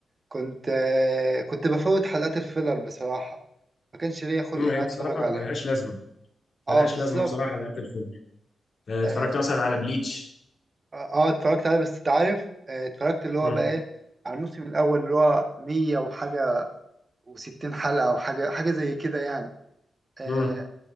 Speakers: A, on the right (about 35°); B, on the left (about 60°).
A: كنت آه، كنت بفوت حلقات الفيلر بصراحة ما كانش ليا خلق
B: امم
A: ان انا
B: هي
A: اتفرج
B: بصراحه
A: عليه
B: ملهاش لازمه
A: اه
B: ملهاش
A: بالظبط
B: لازمه بصراحه حلقات الفيلم آه،
A: اه
B: اتفرجت
A: ف-
B: مثلا على بليتش
A: آه، آه، اتفرجت عليه بس انت عارف آه، اتفرجت اللي هو
B: امم
A: بقى ايه على الموسم الاول اللي هو مية وحاجة وستين حلقة او حاجة حاجة زي كده يعني آه،
B: امم